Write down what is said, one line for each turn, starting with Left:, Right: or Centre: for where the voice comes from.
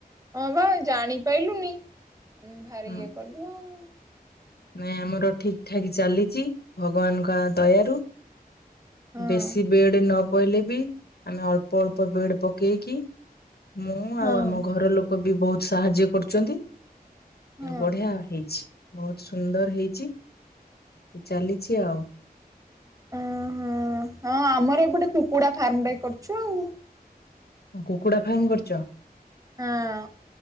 Right: ହଁ ବା ଜାଣିପାଇଲୁନି ଭାରି
Left: ହଁ
Right: ଇଏ କଲୁ ଆଉ।
Left: ନାଇଁ ଆମର ଠିକ୍ ଠାକ୍ ଚାଲିଛି ଭଗବାନଙ୍କ ଆ ଦୟାରୁ।
Right: ହଁ
Left: ବେଶୀ ବେଡ଼୍ ନ ଇଲେ ବି ଆମେ ଅଳ୍ପ ଅଳ୍ପ ବେଡ୍ ପକେଇକି ମୁଁ
Right: ହଁ
Left: ଆଉ ଆମ ଘର ଲୋକ କୋ ବି ବହୁତ ସାହାଯ୍ୟ କରୁଛନ୍ତି।
Right: ହଁ
Left: ବଢିଆ ହେଇଛି। ବହୁତ ସୁନ୍ଦର ହେଇଛି ଚାଲିଛି ଆଉ।
Right: ଓହୋ ହଁ ଆମର ଏ ପଟେ କୁକୁଡା ଫାର୍ମ ଟା କରୁଛୁ ଆଉ।
Left: କୁକୁଡ଼ା ଫାର୍ମ କରୁଛ?
Right: ହଁ।